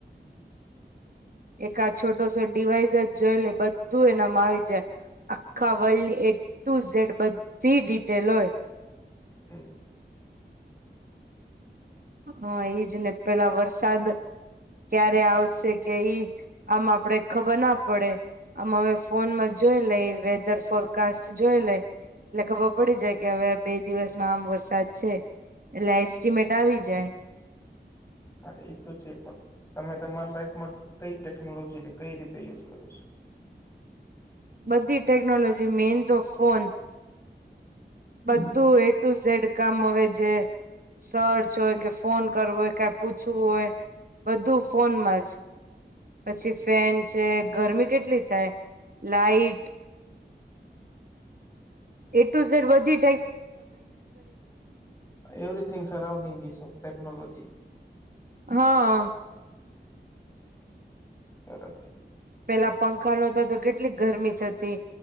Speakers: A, on the right; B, on the left.
A: એક આ છોટો છો ડિવાઈસ જ જોઈે લ બધું એનામાં આવી જાય આખા વર્લ્ડની એ ટુ ઝેડ બધી ડિટેલ હોય
B: હમ
A: હા એજ ને પેલા વરસાદ ક્યારે આવશે કે ઈ આમ આપડે ખબર ના પડે આમ હવે ફોન માં જોઈ લઈ વેધર ફોરકાસ્ટ જોઈ લઈ એટલે ખબર પડી જાય કે હવે બે દિવસમાં આમ વરસાદ છે એટલે એસ્ટિમેટ આવી જાય
B: હા એ તો છે પણ તમે તમારા લાઈફમાં કઈ ટેકનોલોજી ને કઈ રીતે યુઝ કરો છો.
A: બધી ટેકનોલોજી મેન તો ફોન.
B: છો
A: બધું એ ટુ ઝડ કામ હવે જે. સર્ચ હોય કે ફોન કરવો હોય કઈ પૂછવું હોય બધું ફોનમાં જ. પછી ફેન છે ગરમી કેટલી થાય લાાઈટ. એ ટુ ઝેડ વધી.
B: એવરીથીિંગ સરાઉન્ડિંગ ઇ ઓફ ટેકનોલોજી.
A: હા.
B: સરસ.
A: પેલા પંખા નતા તો કેટલી ગરમી થતી.